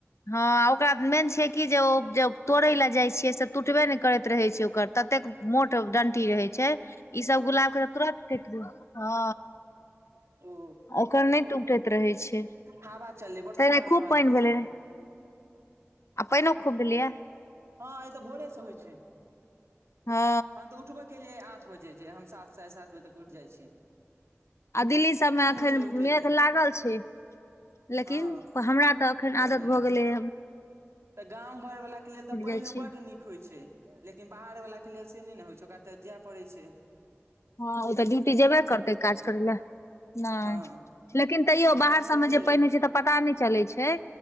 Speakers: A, on the left (about 70°); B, on the right (about 65°).
A: हैं ओकरा मेन छैय कि जे ओ जब तोड़य लए जाइ छियै से टूटबे ने करैत रहैत छैय ओकर ततेक मोट डंटी रहे छैय ई सभ गुलाब के त तुरत कू ह
B: ओ
A: ओकर नहि टुटैत रहे छैय
B: हवा चललै बड़
A: तहिना
B: सुन्दर
A: खूब
B: हवा
A: पानि
B: लगै
A: भेलै।
B: छै
A: आ प‌इनो खुबभेलेय
B: हैं एत भोरे से होइ छैय
A: हँ
B: हम तऽ उठबेय केलियैह आठ बजे जे हम सात साढ़े सात बजे तक उठ जाइ छी
A: आ दिल्ली सभ मे एखन
B: छलै उठै
A: मेघ
B: के
A: लागल छैय लेकिन
B: हँ
A: हमरा तऽ एखन आदत
B: नहि
A: भऽ
B: रहल
A: गेलैय
B: छै तऽ गाम घरवलाके लेल त पानि
A: जाइ छियै
B: बड्ड नीक होइत छैय लेकिन बाहर वाला के लेल से नहि ने होइ छैय ओकरा त जाय पड़ै छैय
A: ह ओ तऽ ड्यूटी जेबे करतै काज करै लए नहि
B: हँ
A: लेकिन तैयो
B: हमरा
A: बाहर
B: सबके
A: सभमे
B: की
A: जे
B: अइ
A: पाइन होइ छैय त पता नहि चलैत छैय